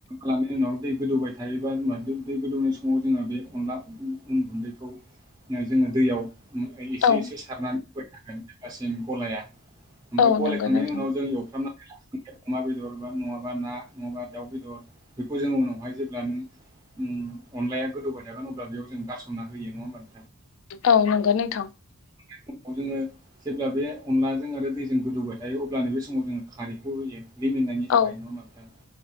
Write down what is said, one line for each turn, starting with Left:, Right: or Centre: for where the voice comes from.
Right: लायनि उनाव दै गोदौबाय थायोबा <unintelligible> दै गोदौनाय समाव, जोङो बे अनला अन गुन्दैखौ, जोङो दैयाव, एसे
Left: औ
Right: एसे सारनानै होबाय थागोन जेब्लासिम गलाया, ओमफ्राय
Left: औ
Right: ग'लाय
Left: नंगौ
Right: थांनायनि
Left: नोंथां
Right: उनाव जों एवफ्रामनानै लाग्रोगोन अमा बेदर बा नङाबा ना नङाबा दाउ बेदर बेखौ जों उनावहाय जेब्ला नों, उम अनलाया गोदौबाय थागोन अब्ला बेयाव जों गारसनना होयो, नङा होनब्ला नोंथां,
Left: औ नंगौ नोंथां।
Right: समाव जोङो जेब्ला बे अनलाजों आरो दैजों गोदौबाय, जायो, अब्ला नो बेे समाव जोङो खारैखौ होयो। रिमोननायनि थाखाय
Left: औ
Right: नङा होनबा नोथां,